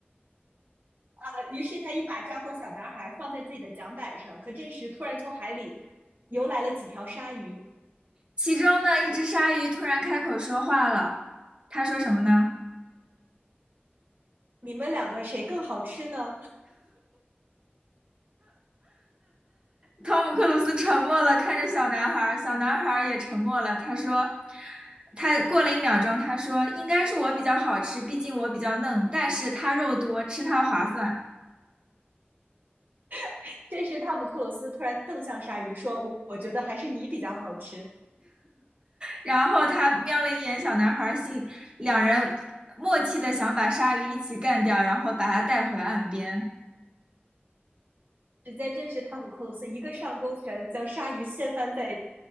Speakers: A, on the right (about 50°); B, on the right (about 25°).
A: 啊，呃于是他一把抓过小男孩，放在自己的桨板上。可这时，突然从海里游来了几条鲨鱼。
B: 其中呢，一只鲨鱼突然开口说话了，他说什么呢？
A: 你们两个谁更好吃呢？
B: 汤姆克鲁斯沉默了，看着小男孩，小男孩也沉默了。他说，他过了一秒钟，他说应该是我比较好吃，毕竟我比较嫩，但是他肉多，吃它划算。
A: <laughs> 这时，汤姆克鲁斯突然瞪向鲨鱼，说：“我我觉得还是你比较好吃。”
B: 然后他瞄了一眼小男孩，心，两人默契的想把鲨鱼一起干掉，然后把他带回岸边。
A: 只见这时，汤姆克鲁斯一个上勾拳，将鲨鱼掀翻在